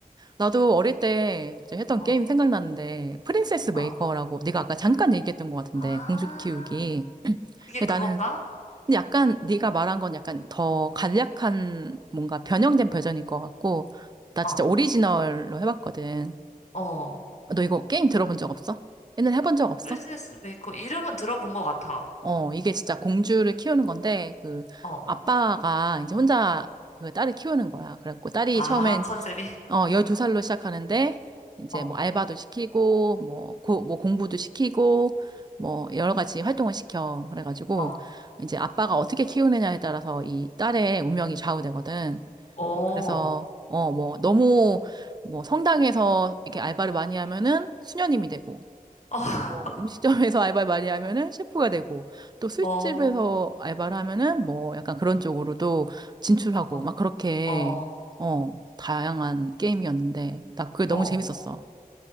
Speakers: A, on the right; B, on the left.
A: 나도 어릴 때 갑자기 했던
B: 어.
A: 게임 생각나는데, 프린세스 메이커라고,
B: 어.
A: 네가 아까 잠깐 얘기했던 것 같은데,
B: 아,
A: 공주 키우기. <clears throat>
B: 그게
A: 근데
B: 그건가?
A: 나는 근데 약간 네가 말한 건 약간 더 간략한 뭔가 변형된 버전일 것 같고 나
B: 어,
A: 진짜 오리지널로 해봤거든.
B: 어.
A: 너 이거 게임 들어본 적 없어? 옛날에 해본 적 없어?
B: 프린세스 메이커 이름은 들어본 것 같아.
A: 어, 이게 진짜 공주를 키우는 건데, 그,
B: 어.
A: 아빠가 이제 혼자 그 딸을 키우는 거야. 그래갖고 딸이
B: 아,
A: 처음엔,
B: 컨셉이? <laughs>
A: 어, 12살로 시작하는데, 이제
B: 어,
A: 뭐 알바도 시키고, 뭐, 고, 뭐 공부도 시키고, 뭐 여러 가지 활동을 시켜. 그래가지고,
B: 어.
A: 이제 아빠가 어떻게 키우느냐에 따라서 이 딸의 운명이 좌우되거든.
B: 어,
A: 그래서, 어, 뭐, 너무, 뭐 성당에서 이렇게 알바를 많이 하면은 수녀님이 되고,
B: <laughs>
A: 뭐 음식점에서 <laughs> 알바를 많이 하면은 셰프가 되고 또 술집에서
B: 어,
A: 알바를 하면은 뭐 약간 그런 쪽으로도 진출하고
B: 어,
A: 막 그렇게
B: 어,
A: 어 다양한 게임이었는데 나 그게 너무
B: 어.
A: 재밌었어.